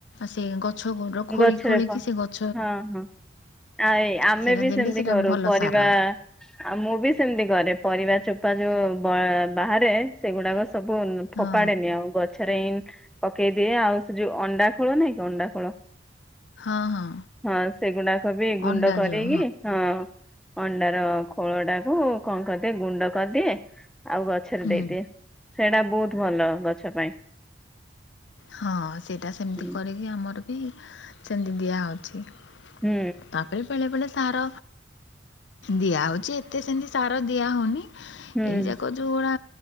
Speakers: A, on the left; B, in the centre.
A: ସେ ଗଛ। ଗଛ ଖୋଳି
B: ଗଛରେ
A: ଖୋଳିକି
B: ପ
A: ସେ ଗଛ।
B: ହଁ ହଁ ଆଉ ଏଇ ଆମେ
A: ସେଇଟା
B: ବି
A: ଦେଲେ
B: ସେମିତି
A: ସେଇଟା
B: କରୁ
A: ଭଲ
B: ପରିବା।
A: ସାର
B: ଆଉ ମୁଁ ବି ସେମିତି କରେ ପରିବା ଚୋପା ଯୋଉ ବାହାରେ। ସେଗୁଡାକ ସବୁ ଫୋପାଡେନି
A: ହଁ
B: ଆଉ ଗଛ। ରେ ପକେଇଦିଏ ଆଉ ସେ ଯୋଉ ଅଣ୍ଡା ଖୋଳ ନାଇଁ କି ଅଣ୍ଡା ଖୋଳ।
A: ହଁ ହଁ।
B: ହଁ ସେଗୁଡାକ ବି ଗୁଣ୍ଡ
A: ଅଣ୍ଡା
B: କରିକି
A: ଯୋଉ
B: ହଁ। ଅଣ୍ଡାର ଖୋଳ ଟାକୁ କଣ କରିଦିଏ ଗୁଣ୍ଡ କରିଦିଏ ଆଉ ଗଛରେ
A: ହୁଁ
B: ଦେଇଦିଏ। ସେଇଟା ବହୁତ ଭଲ ଗଛ ପାଇଁ।
A: ହଁ ସେଇଟା ସେମିତି
B: ହୁଁ
A: କରିକି ଆମର ବି ସେମିତି ଦିଆହେଉଛି।
B: ହୁଁ।
A: ତାପରେ ବେଳେ ବେଳେ ସାର ଦିଆହଉଛି ଏତେ ସେମିତି ସାର ଦିଆହଉନି।
B: ହୁଁ
A: ଏଇଯାକ ଯୋଉଡା